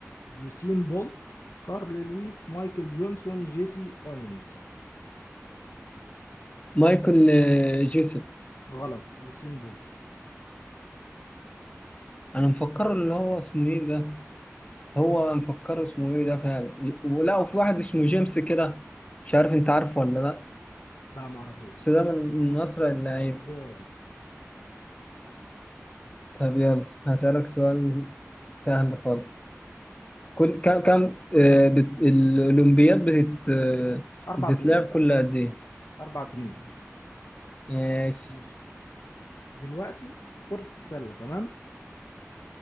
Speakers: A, on the left; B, on the left.
A: يوسين بولت كارل لويس مايكل جونسون جيسي أوينز
B: مايكل آه، جيسن
A: غلط يوسين بولت
B: أنا مفكره اللي هو اسمه إيه ده هو مفكره اسمه إيه ده فعلا ولا وفي واحد اسمه جيمس كده مش عارف أنت عارفه ولا لا
A: ده معرفوش
B: بس ده من من أسرع اللعيبة
A: دورك
B: طب يلا هسألك سؤال سهل خالص كل كم كم آه، بت... الأولمبياد بتت... آه،
A: أربع
B: بتتلعب
A: سنين
B: كل قد إيه؟
A: أربع سنين
B: <laughs> ماشي
A: ماشي دلوقتي في كرة السلة تمام